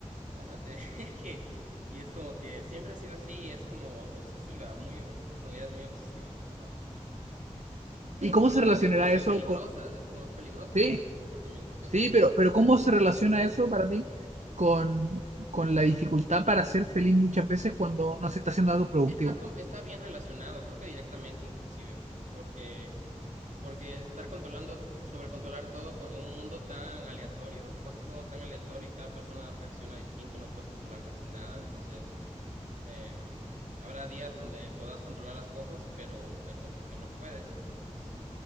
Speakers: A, on the right; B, on the right.
A: Cálmate, <laughs> que, y es como que siempre ha sido así, es como obsesiva, muy, su personalidad es muy obsesiva, ajá. Pero
B: ¿Y cómo
A: con cosas
B: se relacionará
A: que pueden ser
B: eso
A: peligrosas,
B: con...
A: es como es peligroso
B: Sí,
A: tener ese comportamiento también.
B: Sí, pero, pero ¿cómo se relaciona eso para ti con, con la dificultad para ser feliz muchas veces cuando no se está haciendo algo productivo?
A: Está, com- está bien relacionado, creo que directamente inclusive, porque, porque estar controlando, so, sobrecontrolar todo con- en un mundo tan aleatorio, pasa todo tan aleatorio y cada persona reacciona distinto y no puedes controlar casi nada, entonces Eh, habrá días donde puedas controlar las cosas, pero hay cosas que no puedes, entonces...